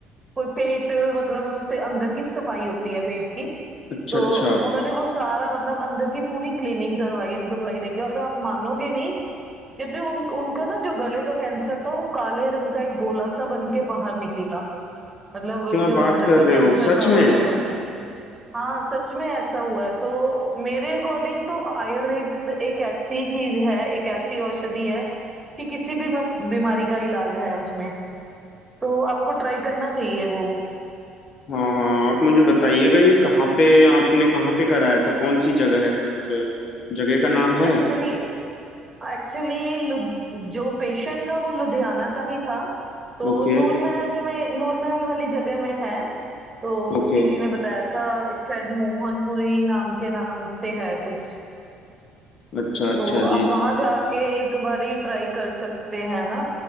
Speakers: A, on the right; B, on the left.
A: कोई पेट मतलब उससे अंदर की सफाई होती है पेट की
B: अच्छा
A: तो
B: अच्छा
A: उन्होंने वो सारा मतलब अंदर की पूरी क्लीनिंग करवाई उनको दवाई देकर और आप मानोगे नहीं क्योंकि उन उनका ना जो गले का कैंसर था वो काले रंग का एक गोला सा बन के बाहर निकला मतलब
B: क्या
A: जो
B: बात
A: अंदर
B: कर
A: का
B: रहे
A: कैंसर
B: हो सच
A: था
B: में
A: वो सारा हाँ सच में ऐसा हुआ है तो मेरे अकॉर्डिंग तो आयुर्वेद एक ऐसी चीज है एक ऐसी औषधि है कि किसी भी म- बीमारी का इलाज है उसमें तो आपको ट्राई करना चाहिए वो
B: हाँ हाँ आप मुझे बताइएगा ये कहाँ पे आपने कहाँ पे कराया था कौन सी जगह है कुछ जगह का नाम है
A: एक्चुअली एक्चुअली जो पेशेंट था वो लुधियाना का ही था तो
B: ओके
A: नूर महल में नूर महल वाली जगह में है तो
B: ओके
A: किसी ने बताया था शायद मोहनपुरी नाम के नाम से है कुछ
B: अच्छा अच्छा
A: तो
B: जी
A: आप वहां जाके एक बारी ट्राई कर सकते हैं ना